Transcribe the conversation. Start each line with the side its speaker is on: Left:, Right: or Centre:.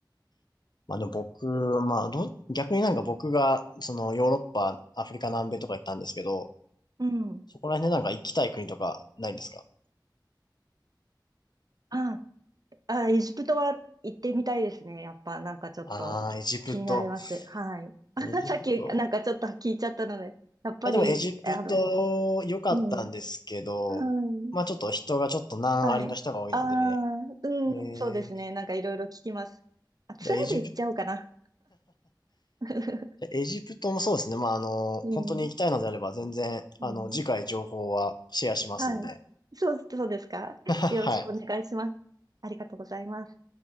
Left: まあでも僕、まあど、逆になんか僕が、そのヨーロッパ、アフリカ南米とか行ったんですけど、
Right: うん。
Left: そこら辺でなんか行きたい国とかないんですか
Right: あ、あ、エジプトは行ってみたいですね。やっぱ、なんかちょっとき気になります。
Left: ああー、エジプト。
Right: はい。<laughs> あ、
Left: エジプト。
Right: さっき、なんかちょっと聞いちゃったので、やっぱり、
Left: いやでもエジプト良かったんですけど、
Right: あの、うん。は
Left: まあちょっと人がちょっと難ありの人が多いので、
Right: いはい。ああ、うん、
Left: えー、
Right: そうですね。なんかいろいろ聞きます。あ、ツアーで行っちゃおうかな。
Left: じゃあエジプト、
Right: <laughs>
Left: エジプトもそうですね。まあ、あの、
Right: うん、
Left: 本当に行きたいのであれば全然、あの、
Right: うん。
Left: 次回情報はシェアしますんで。
Right: はい。そう、そうですか。
Left: <laughs> はい。
Right: よろしくお願いします。ありがとうございます。